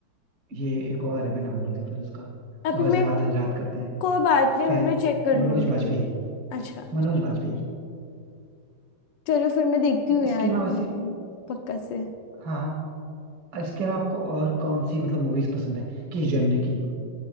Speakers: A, on the right; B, on the left.
A: ये एक और है मैं नाम भूल गया फिर उसका
B: अभी
A: जो हजरात
B: मैं
A: हजरात करता है
B: कोई बात नहीं
A: फै-
B: अभी मैं चेक कर लूंगी
A: मनोज वाजपेयी
B: अच्छा
A: मनोज वाजपेयी
B: चलो फिर मैं देखती हूँ
A: इसके
B: यार
A: अलावा
B: ये movie,
A: से
B: पक्का से
A: हाँ हाँ। इसके अलावा आपको और कौन सी मतलब मूवीज पसंद है किस जनरे की